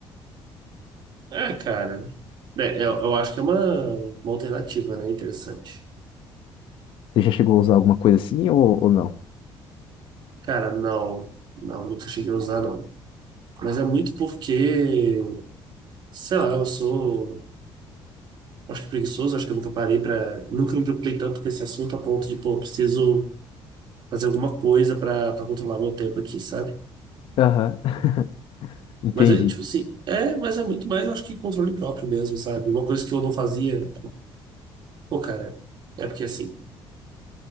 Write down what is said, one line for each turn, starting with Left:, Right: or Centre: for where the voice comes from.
Right: É, cara, é, eu, eu acho que é uma, uma alternativa, né? Interessante.
Left: Você já chegou a usar alguma coisa assim ou, ou não?
Right: Cara, não, não, nunca cheguei a usar, não. Mas é muito porque, sei lá, eu sou. acho que preguiçoso, acho que eu nunca parei para, nunca me preocupei tanto com esse assunto a ponto de, pô, preciso fazer alguma coisa para controlar meu tempo aqui, sabe?
Left: Aham, <laughs> entendi.
Right: Mas é tipo assim, é, mas é muito mais, eu acho que controle próprio mesmo, sabe? Uma coisa que eu não fazia, pô, cara, é porque assim,